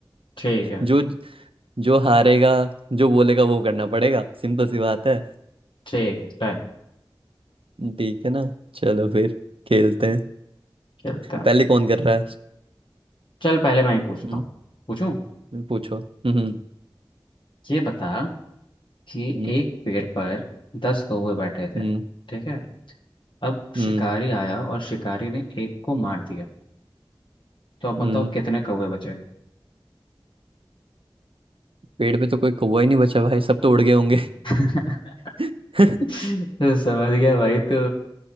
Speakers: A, on the left; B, on the right.
A: ठीक है
B: जो जो हारेगा जो बोलेगा वो करना पड़ेगा सिंपल सी बात है
A: ठीक है डन
B: ठीक है ना चलो फिर खेलते हैं
A: खेलते हैं
B: पहले कौन कर रहा है
A: चल पहले मैं ही पूछता
B: हम्म,
A: हूँ पूछूं
B: पूछो हम्म
A: ये बता कि
B: हम्म
A: एक पेड़ पर दस कौवे बैठे थे
B: हम्म
A: ठीक है अब
B: हम्म
A: शिकारी आया और शिकारी ने एक को मार दिया तो अब बताओ
B: हम्म।
A: कितने कौवे बचे
B: पेड़ पे तो कोई कौवा ही नहीं बचा भाई सब तो उड़ गए होंगे
A: <laughs>
B: <laughs> अ,
A: तो समझ गया भाई तू